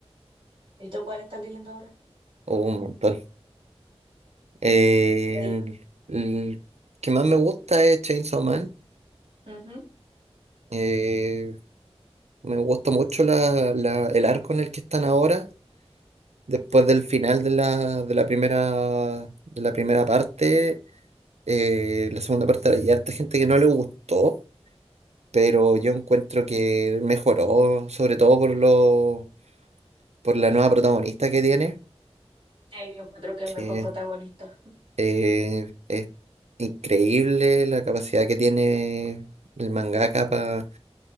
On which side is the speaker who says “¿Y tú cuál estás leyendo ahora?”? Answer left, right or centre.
Right